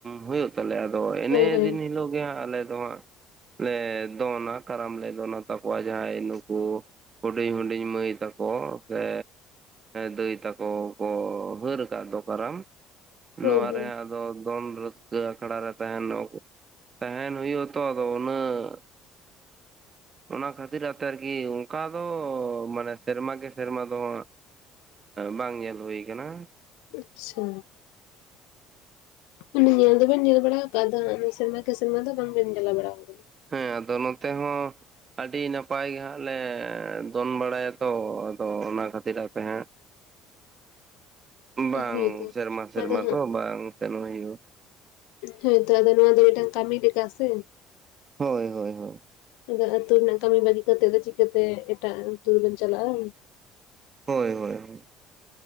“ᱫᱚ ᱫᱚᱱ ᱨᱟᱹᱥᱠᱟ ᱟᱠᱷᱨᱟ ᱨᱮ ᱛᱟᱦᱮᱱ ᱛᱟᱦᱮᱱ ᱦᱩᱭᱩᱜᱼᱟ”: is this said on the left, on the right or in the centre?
Right